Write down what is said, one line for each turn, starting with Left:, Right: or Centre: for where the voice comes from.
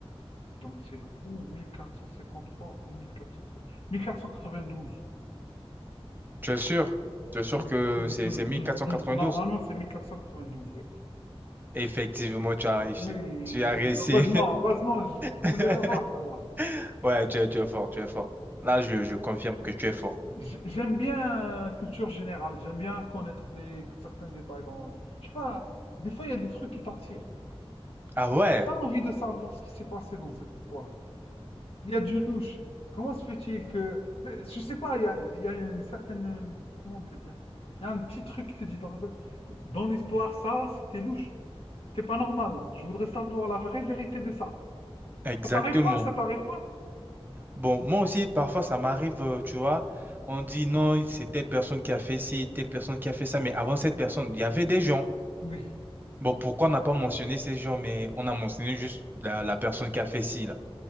Left: Donc c'est ou 1453 ou 1480 1492.
Right: Tu es sûr? Tu es sûr
Left: Mm,
Right: que
Left: mm,
Right: c'est
Left: mm,
Right: c'est 1492?
Left: mm, mm. Normalement, c'est mille quatre quatre-vingt cent douze oui.
Right: Effectivement, tu as réussi.
Left: Oui,
Right: Tu as
Left: oui.
Right: réussi.
Left: Heureusement, heureusement, je je
Right: <laughs>
Left: voulais l'avoir, celle-là.
Right: Ouais, tu es, tu es fort, tu es fort. Là, je, je confirme que tu es fort.
Left: J- J'aime bien culture générale, j'aime bien connaître les, certains détails dans la vie. Je sais pas, des fois, il y a des trucs qui t'attirent.
Right: Ah ouais,
Left: T'as envie de savoir ce qui s'est passé dans cette histoire. Il y a du louche. Comment se fait-il que... Euh, Je sais pas, il y a, il y a une certaine... euh, Comment on peut dire? Il y a un petit truc qui te dit dans ta tête, dans l'histoire, ça, si t'es louche, c'est pas normal. Je voudrais savoir la vraie vérité de ça.
Right: exactement.
Left: Ça t'arrive pas, ça t'arrive pas?
Right: Bon, moi aussi, parfois, ça m'arrive, euh, tu vois, on
Left: Mm.
Right: dit non, c'est telle personne qui a fait ci, telle personne qui a fait ça, mais avant cette personne, il y avait des gens.
Left: Oui.
Right: Bon, pourquoi on n'a pas mentionné ces gens, mais on a mentionné juste la, la personne qui a fait ci, là.